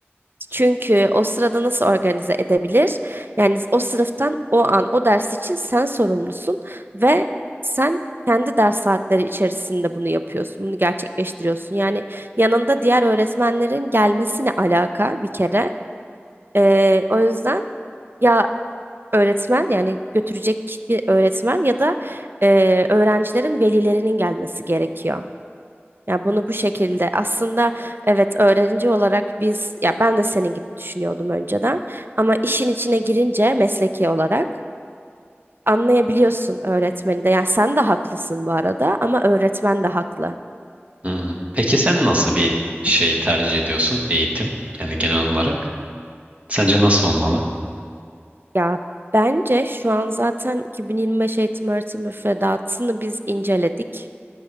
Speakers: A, on the right; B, on the right.
A: Çünkü o sırada nasıl organize edebilir? Yani o sınıftan o an o ders için sen sorumlusun ve sen kendi ders saatleri içerisinde bunu yapıyorsun, bunu gerçekleştiriyorsun. Yani yanında diğer öğretmenlerin gelmesine alaka bir kere. Ee, o yüzden ya öğretmen yani götürecek kişi öğretmen ya da e, öğrencilerin velilerinin gelmesi gerekiyor. Ya bunu bu şekilde aslında evet öğrenci olarak biz ya ben de senin gibi düşünüyordum önceden ama işin içine girince mesleki olarak anlayabiliyorsun öğretmeni de. Ya sen de haklısın bu arada ama öğretmen de haklı.
B: Hmm. Peki sen nasıl bir şey tercih ediyorsun eğitim? Yani genel olarak. Sence nasıl olmalı?
A: Ya bence şu an zaten 2025 eğitim öğretim müfredatını biz inceledik.